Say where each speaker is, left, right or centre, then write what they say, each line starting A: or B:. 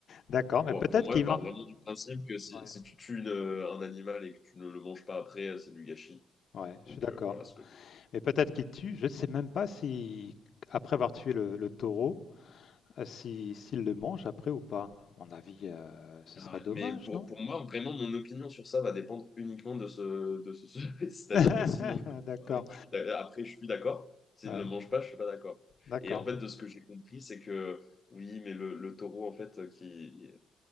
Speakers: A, on the left; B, on the left.
A: D'accord, mais
B: pour,
A: peut-être
B: pour moi,
A: qu'il
B: je parle
A: man-
B: vraiment du principe que si,
A: Ouais,
B: si tu tues une, euh, un animal et que tu ne le manges pas après, euh, c'est du gâchis.
A: ouais, je
B: Donc
A: suis d'accord.
B: euh, voilà ce que
A: Mais peut-être qu'il tue, je ne sais même pas si, après avoir tué le, le taureau, euh, si, s'il le mange après ou pas. À mon avis, euh, ce
B: Ah
A: serait dommage,
B: ouais. Mais pour,
A: non?
B: pour moi, vraiment, mon opinion sur ça va dépendre uniquement de ce, de ce sujet. <laughs> C'est-à-dire
A: <laughs>
B: que s'il mange
A: D'accord,
B: le avec, je suis d'a- après, je suis d'accord. S'il
A: ouais,
B: ne le mange pas, je suis pas d'accord.
A: d'accord.
B: Et en fait, de ce que j'ai compris, c'est que oui, mais le, le taureau, en fait, euh, qui,